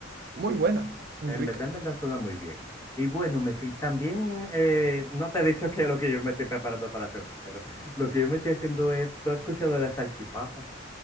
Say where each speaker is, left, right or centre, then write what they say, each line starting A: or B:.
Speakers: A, on the right (about 50°); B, on the left (about 15°).
A: muy buena, muy
B: en
A: rica.
B: verdad, en verdad suena muy bien. Y bueno, me fui, también eh, no te he dicho <laughs> qué es lo que yo me estoy preparando para cenar, pero lo que yo me estoy haciendo es, ¿tú has escuchado de la salchipapa?